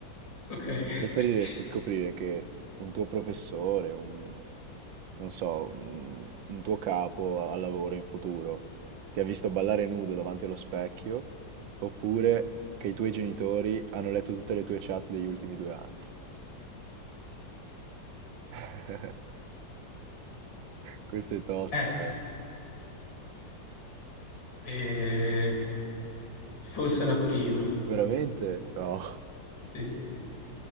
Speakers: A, on the left; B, on the right.
A: Ok. <laughs>
B: Preferiresti scoprire che un tuo professore, un, non so, un, un tuo capo a- al lavoro in futuro ti ha visto ballare nudo davanti allo specchio, oppure che i tuoi genitori hanno letto tutte le tue chat degli ultimi due anni? <laughs> Questa è tosta,
A: Eh,
B: eh.
A: eh, forse la prima,
B: Veramente? No.
A: sì.